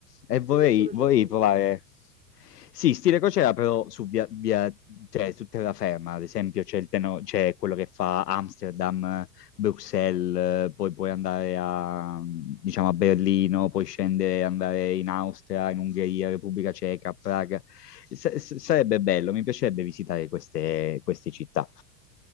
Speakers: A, on the left; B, on the right.
A: e vorrei,
B: Sì, le crociere,
A: vorrei
B: insomma.
A: provare. Sì, stile crociera, però su, via, via- cioè, su terraferma, ad esempio, c'è, il teno- c'è quello che fa Amsterdam Bruxelles, poi puoi andare a, diciamo, a Berlino, poi scendere, andare in Austria, in Ungheria, Repubblica Ceca, Praga. S- s- sarebbe bello, mi piacerebbe visitare queste, queste città.